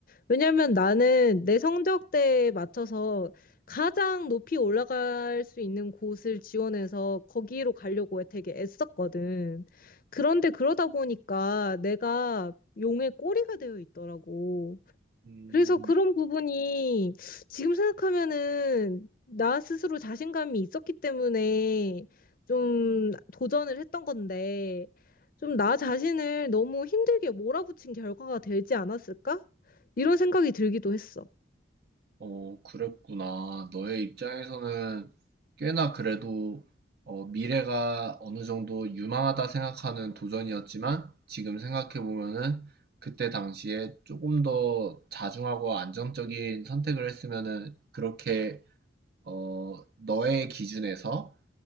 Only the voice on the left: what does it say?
왜냐면 나는 내 성적대에 맞춰서 가장 높이 올라갈 수 있는 곳을 지원해서 거기로 가려고 되게 애썼거든. 그런데 그러다 보니까 내가 용의 꼬리가 되어 있더라고.
그래서 그런 부분이 지금 생각하면은 나 스스로 자신감이 있었기 때문에 좀 도전을 했던 건데 좀 나 자신을 너무 힘들게 몰아붙인 결과가 되지 않았을까? 이런 생각이 들기도 했어.